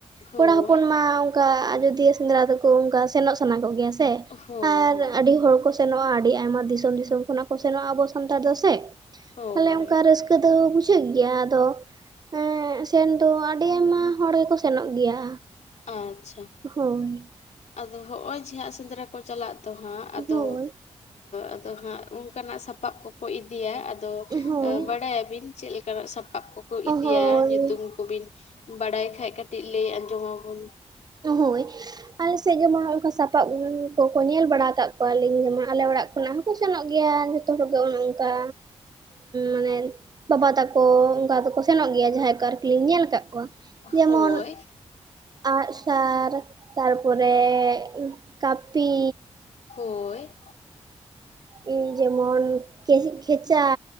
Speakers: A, on the left; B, on the right.
A: ᱦᱳᱭ,
B: ᱠᱚᱲᱟ ᱦᱚᱯᱚᱱ ᱢᱟ ᱚᱝᱠᱟ ᱟᱡᱚᱫᱤᱭᱟᱹ ᱥᱮᱸᱫᱽᱨᱟ ᱫᱚᱠᱚ ᱚᱝᱠᱟ ᱥᱮᱱᱚᱜ ᱥᱟᱱᱟ ᱠᱚᱜᱮᱭᱟ᱾ ᱥᱮ
A: ᱦᱳᱭ,
B: ᱟᱨ
A: ᱦᱳᱭ,
B: ᱟᱹᱰᱤ ᱦᱚᱲ ᱠᱚ ᱥᱮᱱᱚᱜᱼᱟ᱾ ᱟᱹᱰᱤ ᱟᱭᱢᱟ ᱫᱤᱥᱚᱢ ᱫᱤᱥᱚᱢ ᱠᱷᱚᱱᱟᱜ ᱠᱚ ᱥᱮᱱᱚᱜᱼᱟ ᱟᱵᱚ ᱥᱟᱱᱛᱟᱲ ᱫᱚ ᱥᱮ᱾
A: ᱦᱳᱭ,
B: ᱛᱟᱦᱞᱮ ᱚᱝᱠᱟ ᱨᱟᱹᱥᱠᱟᱹ ᱫᱚ ᱵᱩᱡᱷ ᱵᱩᱡᱷᱟᱹᱜ ᱜᱮᱭᱟ ᱟᱫᱚ ᱮᱸ ᱥᱮᱱ ᱫᱚ ᱟᱹᱰᱤ ᱟᱭᱢᱟ ᱦᱚᱲ ᱜᱮᱠᱚ ᱥᱮᱱᱚᱜ ᱜᱮᱭᱟ
A: ᱟᱪᱪᱷᱟ
B: ᱦᱳᱭ
A: ᱟᱫᱚ ᱦᱚᱜ ᱚᱭ ᱡᱮ ᱦᱟᱸ ᱥᱮᱸᱫᱽᱨᱟ ᱠᱚ ᱪᱟᱞᱟᱜ ᱟᱫᱚ ᱦᱟᱸᱜ ᱟᱫᱚ
B: ᱦᱳᱭ
A: ᱟᱫᱚ ᱟ ᱦᱟᱸᱜ ᱚᱱᱠᱟᱱᱟᱜ ᱥᱟᱯᱟᱵ ᱠᱚᱠᱚ ᱤᱫᱤᱭᱟ ᱟᱫᱚ
B: ᱦᱳᱭ
A: ᱵᱟᱰᱟᱭ ᱟᱵᱤᱱ ᱪᱮᱫ ᱞᱮᱠᱟᱱᱟᱜ ᱥᱟᱯᱟᱵ ᱠᱚᱠᱚ ᱤᱫᱤᱭᱟ
B: ᱦᱳᱭ
A: ᱧᱩᱛᱩᱢ ᱠᱚᱵᱤᱱ ᱵᱟᱲᱟᱭ ᱠᱷᱟ ᱠᱟᱹᱴᱤᱡ ᱞᱟᱹᱭ ᱟᱸᱡᱚᱢ ᱟᱵᱚᱱ
B: ᱦᱳᱭ᱾ ᱟᱞᱮᱥᱮᱜ ᱡᱮᱢᱚᱱ ᱦᱚᱝᱠᱟ ᱥᱟᱯᱟᱵ ᱠᱚᱠᱚ ᱧᱮᱞ ᱵᱟᱲᱟ ᱟᱠᱟᱫ ᱠᱚᱣᱟᱞᱤᱧ ᱡᱮᱢᱚᱱ ᱟᱞᱮ ᱚᱲᱟᱜ ᱠᱷᱚᱱᱟᱜ ᱦᱚᱸ ᱠᱚ ᱥᱮᱱᱚᱜ ᱜᱮᱭᱟ ᱡᱚᱛᱚ ᱦᱚᱲᱜᱮ ᱚᱱᱮ ᱚᱱᱠᱟ ᱢᱟᱱᱮ ᱵᱟᱵᱟ ᱛᱟᱠᱚ ᱚᱝᱠᱟ ᱫᱚᱠᱚ ᱥᱮᱱᱚᱜ ᱜᱮᱭᱟ, ᱡᱟᱦᱟᱸᱭ ᱠᱚ ᱟᱨᱠᱤ ᱞᱤᱧ ᱧᱮᱞ ᱟᱠᱟᱫ ᱠᱚᱣᱟ᱾ ᱡᱮᱢᱚᱱ
A: ᱦᱳᱭ
B: ᱟᱜ ᱥᱟᱨ ᱛᱟᱨᱯᱚᱨᱮ ᱠᱟᱹᱯᱤ
A: ᱦᱳᱭ᱾
B: ᱤᱡ ᱡᱮᱢᱚᱱ ᱠᱤ ᱠᱷᱮᱪᱟ